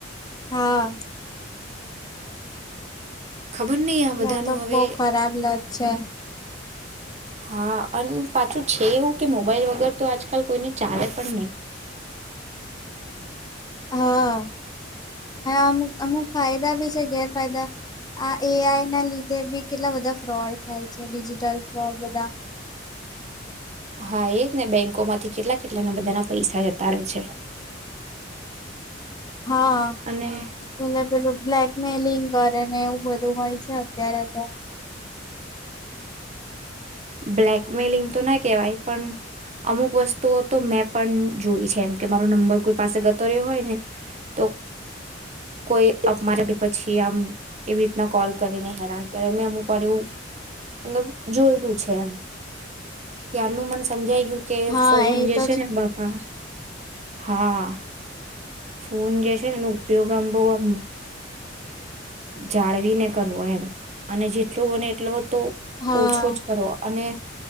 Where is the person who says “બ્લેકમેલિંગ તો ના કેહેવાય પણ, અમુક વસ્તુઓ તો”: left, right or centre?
Right